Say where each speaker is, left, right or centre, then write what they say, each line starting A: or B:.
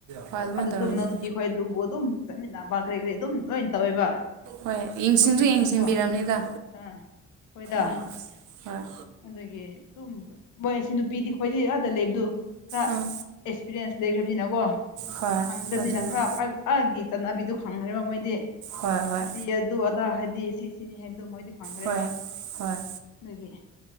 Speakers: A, on the right (about 75°); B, on the left (about 80°).
A: ꯍꯣꯏ ꯑꯗꯨꯃꯥꯏꯅ
B: ꯑꯗꯨꯁꯨ
A: ꯇꯧꯔꯝꯅꯤ
B: ꯑꯩꯈꯣꯏ ꯑꯗꯨꯕꯨ ꯑꯗꯨꯝ ꯆꯠꯃꯤꯟꯅꯕ ꯀꯔꯤ ꯀꯔꯤ ꯑꯗꯨꯝ ꯂꯣꯏ ꯇꯧꯋꯦꯕ
A: ꯍꯣꯏ ꯌꯦꯡꯁꯤꯟꯁꯨ
B: ꯅꯨꯄꯤꯗꯨꯅꯀꯣ
A: ꯌꯦꯡꯁꯤꯟꯕꯤꯔꯕꯅꯤꯗ
B: ꯑꯥ ꯍꯣꯏꯗ
A: ꯎꯝ ꯍꯣꯏ꯫
B: ꯑꯗꯨꯒꯤ ꯑꯗꯨꯝ ꯃꯣꯏ ꯑꯁꯤ ꯅꯨꯄꯤꯗꯤ ꯈꯣꯏꯗꯤ ꯑꯥꯗ ꯂꯩꯕꯗꯨ ꯈꯔ ꯑꯦꯁ
A: ꯎꯝ
B: ꯑꯦꯛꯁꯄꯤꯔꯤꯌꯦꯟꯁ ꯂꯩꯈ꯭ꯔꯕꯅꯤꯅꯀꯣ
A: ꯍꯣꯏ
B: ꯈꯪꯈ꯭ꯔꯕꯅꯤꯅ
A: ꯑꯗꯨꯅꯦ
B: ꯈꯔ ꯑ ꯑꯥꯒꯤ ꯆꯠꯅꯕꯤꯗꯣ ꯈꯪꯈ꯭ꯔꯦꯕ ꯃꯣꯏꯗꯤ
A: ꯍꯣꯏ ꯍꯣꯏ
B: ꯑꯁꯤ ꯑꯗꯨ ꯑꯗꯥ ꯍꯥꯏꯕꯗꯤ ꯁꯤ ꯁꯤꯅꯤ ꯍꯥꯏꯕꯗꯨ ꯃꯣꯏꯗꯤ ꯈꯪꯈ꯭ꯔꯦꯕ
A: ꯍꯣꯏ ꯍꯣꯏ
B: ꯑꯗꯒꯤ